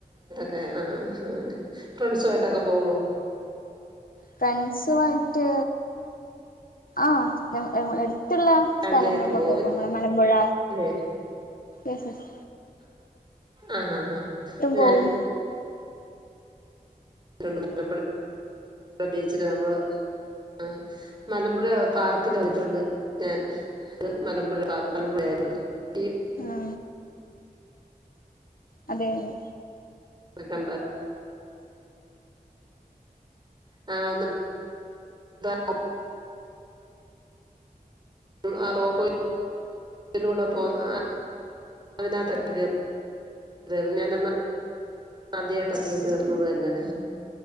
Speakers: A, on the right; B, on the left.
A: ആ ആ ഫ്രണ്ട്സായിട്ടൊക്കെ പോവോ
B: ഫ്രണ്ട്സു ആയിട്ട്.. ആ എടുത്തുള്ള
A: ഫാമിലി
B: സ്ഥലങ്ങൾക്കൊക്കെ
A: ആയിട്ട് പോവോ
B: ഇപ്പൊ നമ്മളെ മലമ്പുഴ
A: അല്ലേ
B: എസ് എസ്
A: ആഹ ആഹ ആഹ ഞാൻ
B: പോവും
A: മലമ്പുഴ <unintelligible> ബീച്ചില് നമ്മള് ആ മലമ്പുഴ പാർക്കിൽ വന്നിട്ടുണ്ട് ഞാൻ മലമ്പുഴ മലമ്പുഴ ആയിരുന്നു <unintelligible>
B: ആ അതെ അതെ
A: കണ്ട ആ ന്ന് <unintelligible> ആ റോപ്പ് <unintelligible> അതിലൂടെ പോ <unintelligible> അതിനകത്തൊക്കെ കേറി ഞാനന്ന് ആദ്യായിട്ട് അതിൽ കേറുന്നത് തന്നെ